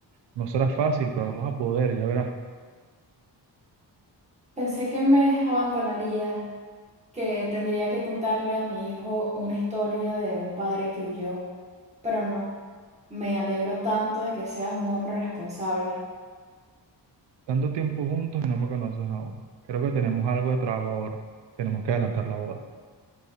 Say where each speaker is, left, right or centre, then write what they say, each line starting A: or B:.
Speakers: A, on the right; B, on the right.
A: No será fácil, pero vamos a poder, ya verás.
B: Pensé que me abandonarías. que tendría que contarle a mi hijo una historia de un padre que huyó, pero no, me alegro tanto de que seas un hombre responsable.
A: Tanto tiempo juntos y no me conoces aún. Creo que tenemos algo de trabajo ahora. Tenemos que adelantar la boda.